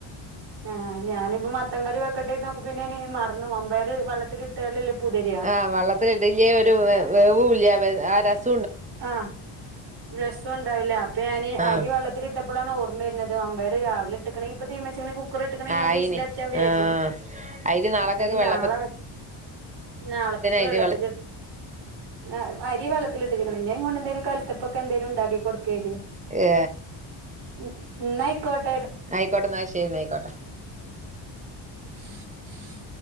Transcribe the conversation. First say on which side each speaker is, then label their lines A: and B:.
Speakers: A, on the right; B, on the right.
A: ആഹ് ഞാനിപ്പ മത്തൻ കറി വെക്കട്ടെ നോക്ക് പിന്നെനി മറന്നു മമ്പയറ് വെള്ളത്തിലിട്ടാലല്ലേ പുതിരാ
B: ആഹ് വെള്ളത്തി ഇടില്ലേ ഒരു വേ വേവൂല്ലാ വെ ആഹ് രസാ
A: ആഹ് രസോം ഇണ്ടാവില്ലാ അപ്പൊ ഞാന്
B: ആഹ്
A: അരി വെള്ളത്തിലിട് ട്ടപ്പളാണ് ഓർമ്മ വരുന്നത് മമ്പയറ് രാവിലെട്ട് ക്കണെ ഇപ്പൊ തീമച്ചെ കുക്കറ് ഇട്ട്ക്കണെ രണ്ട്
B: ആയിന്
A: വിസിലടിച്ചാ വേകും
B: ആഹ് അരി നാളക്കൊക്കെ
A: അപ്പൊ ഇനി
B: വെള്ളപ്പത്തിന്
A: നാളെ നാളത്തേക്ക്
B: അരി
A: വെള്ളത്തിലിട്
B: വെള്ള
A: ആഹ് അരി വെള്ളത്തി <unintelligible> പിന്നെ അതും കൊണ്ട് കലത്തപ്പൊക്കെ എന്തേലും ഉണ്ടാക്കി കൊടുക്കേനി
B: ഏ
A: ഉം ഇന്നായിക്കോട്ട്
B: ആയിക്കോട്ടെ ഇന്നാ ശരി ഇന്നാ ആയിക്കോട്ടെ
A: ഹഹ ഹഹ